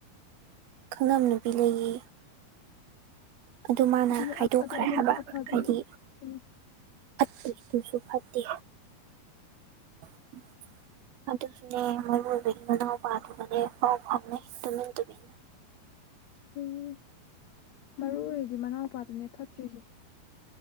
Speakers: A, on the right; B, on the left.
A: ꯈꯪꯅꯕꯤ ꯅꯨꯄꯤ ꯂꯩꯌꯦ ꯑꯗꯨ ꯃꯥꯅ
B: ꯑꯗꯨꯅ
A: ꯍꯥꯏꯗꯣꯛꯈ꯭ꯔꯦ
B: ꯑꯗꯣ ꯑꯗꯨꯝ
A: ꯍꯥꯏꯕ
B: ꯑꯐꯕꯤ
A: ꯍꯥꯏꯗꯤ
B: ꯎꯝ
A: ꯐꯠꯇꯦ ꯑꯗꯨꯁꯨ ꯐꯠꯇꯦ ꯎꯝ ꯑꯗꯨꯁꯨꯅꯦ ꯃꯔꯨꯑꯣꯏꯕꯒꯤ ꯃꯅꯥꯎꯄꯥꯗꯨꯒꯅꯦ ꯐꯥꯎ ꯐꯥꯎꯅ ꯇꯨꯃꯤꯟ ꯇꯨꯃꯤꯟ
B: ꯑꯣ ꯃꯔꯨ ꯑꯣꯏꯔꯤꯗꯤ ꯃꯅꯥꯎꯄꯥꯗꯨꯅꯦ ꯐꯠꯇ꯭ꯔꯤꯁꯦ